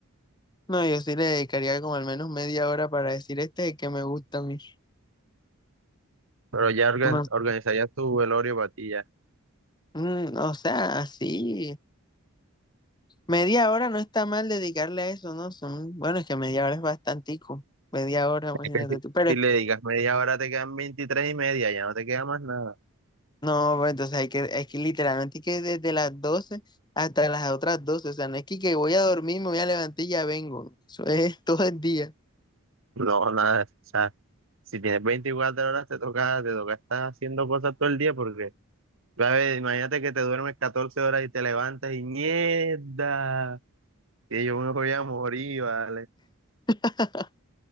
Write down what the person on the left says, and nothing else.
No, yo sí le dedicaría como al menos media hora para decir este es el que me gusta a mí.
No,
mm, o sea, así, media hora no está mal dedicarle a eso, ¿no? Son, bueno, es que media hora es bastantico, media hora, imagínate
tú, pero
No, pues, entonces hay que, es que literalmente hay que desde las 12 hasta las otras doce O sea, no es que, que voy a dormir, me voy a levantar y ya vengo. Eso es <laughs> todo el día.
<laughs>